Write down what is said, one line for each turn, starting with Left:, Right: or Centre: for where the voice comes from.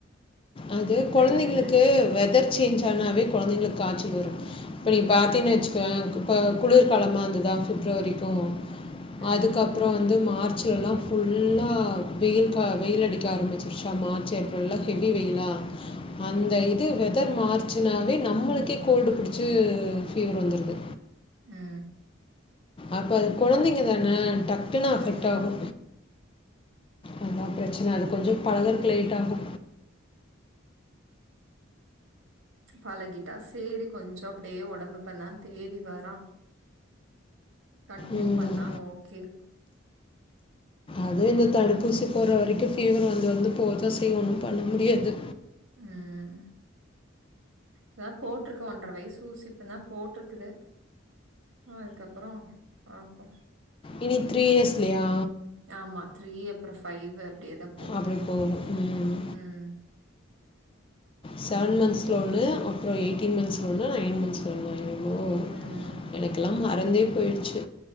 Left: அது
Right: அப்றோ
Left: கொழந்தைங்ளுக்கு
Right: இங்கேருந்து
Left: வெதர் சேஞ்ச் ஆனாவே கொழந்தைங்களுக் காச்சல் வரு இப்ப நீ பாத்தீன்னு
Right: ம்
Left: வச்சுக்கோ ஏ குப்ப குளிர்காலமா இந்துதா ஃபிப்ரவரிக்கு
Right: ம்
Left: அதுக்கப்றோ வந்து மார்ச்சுவல்லா ஃபுல்லா வெயில் கா வெயில் அடிக்க ஆரம்பிச்சிருச்சாமா ச்செப்ரெல்லா ஹெவி வெயிலா ஆ அந்த இது வெதர் மாறுச்சுனாவே நம்மளுக்கே கோல்டு பிடிச்சு பீவர் வந்துருது
Right: ஆ
Left: அப்ப அது கொழந்தைங்க தான டக்குன்னு
Right: ம்
Left: அஃபெக்ட் ஆகு அதா பிரச்சனை அது கொஞ்சோ பழகுறக்கு லேட் ஆகு
Right: பழகிட்டா சேரி கொஞ்சோ அப்டியே ஒடம்பு இப்பந்தா தேறி வர்றா கன்ட்னியூ
Left: ம்.
Right: பண்ணா ஓகே
Left: அது இந்த தடுப்பூசி போட்ற வரைக்கு ஃபீவர் வந்து வந்து போகதா செய்யு ஒண்ணு பண்ண முடியாது
Right: ம் இதா போட்ருக்கு ஒன்ற வயசு ஊசி இப்ப தா போட்ருக்குது அதுக்கப்பறோ பாப்போ
Left: இனி த்ரீ இயர்ஸ்லயா
Right: ஆமா த்ரீ அப்றோ ஃபைவ் அப்டியேதா
Left: அப்டி போகு ம்
Right: ம்
Left: செவன் மந்த்ஸ்ல ஒன்னு அப்பறோ எயிட்டீன் மந்த்ஸ்ல ஒன்னு நைன் மந்த்ஸ்ல ஒன்னு ஓ
Right: ம்
Left: எனக்கெல்லா மறந்தே போயிடுச்சு